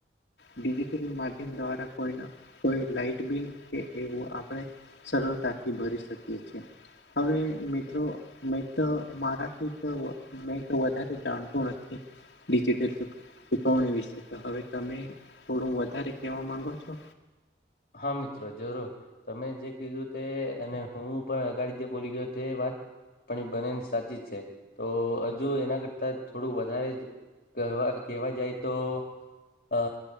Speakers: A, on the left; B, on the left.
A: ડિજિટલ માધ્યમ દ્વારા કોઈના કોઈ લાઈટ બિલ કે એવું આપણે સરળતાથી ભરી શકીએ છે. હવે મિત્રો મેં તો મારા કઈક મેં તો વધારે જાણતું નથી. ડિજિટલ ચૂક ચૂકવણી વિશે તો હવે તમે થોડું વધારે કહેવા માંગો છો.
B: હા મિત્ર જરૂર. તમે જે કીધું તે અને હું પણ અગાડી જે બોલી ગયો તે વાત પણ બનેની સાચી છે તો હજુ એના કરતા થોડું વધારે જ કહેવા કેવા જાય તો. અ